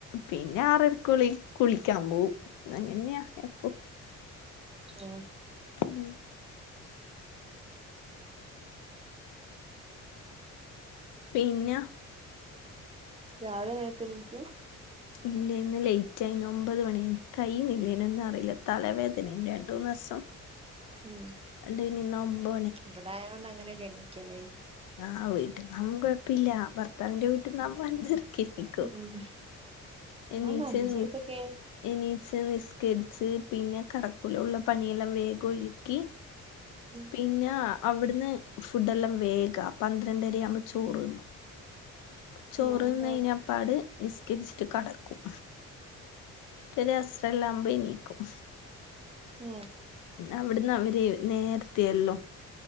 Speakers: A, on the left (about 80°); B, on the right (about 20°).
A: പിന്നെ ആറര്ക്കുളി കുളിക്കാ പോവും അങ്ങൻയാ എപ്പൊ
B: ഉം
A: ഉം പിന്നെ
B: രാവിലെ നേരത്ത് എനീക്കും
A: ഇല്ല ഇന്ന് ലേറ്റ് ആന് ഒൻമ്പത് മണിന് കയ്യി നില്ലേനൊന്നും അറിയില്ല തലവേദന രണ്ട് മൂന്ന് ദിവസം
B: ഉ
A: അണ്ട് പിന്നെ ഇന്ന് ഒമ്പത്
B: ഇവിടെയായോണ്ട് അങ്ങനെ കണിക്കല്
A: ആ വീട്ടിൽ നാമ്പം കൊഴപ്പില്ല ഭർത്താവിന്റെ വീട്ടിൽ നാമ്പം അഞ്ചരക്ക് എണീക്കും
B: ഉം
A: എണീച്ച്
B: അതെന്താ അഞ്ചരക്ക്
A: നി
B: ക്കൊക്കെ
A: എണീച്ച് നിസ്കരിച്ച് പിന്നെ കെടക്കൂല ഉള്ള പണിയെല്ലാം വേഗം ഒരുക്കി
B: ഉം
A: പിന്നാ അവിടുന്ന് ഫുഡ് എല്ലാം വേഗം പന്ത്രണ്ടര ആവുമ്പോ ചോറ്ന്നും ചോറ്തിന്നാകഴിഞ്ഞ
B: അതെന്താ
A: പാട് നിസ്കരിച്ചിട്ട് കെടക്കും പിന്നെ അസ്സലാമ്പം എണീക്കും
B: ഉം
A: അവിടുന്ന് അവര് നേരത്തയല്ലോ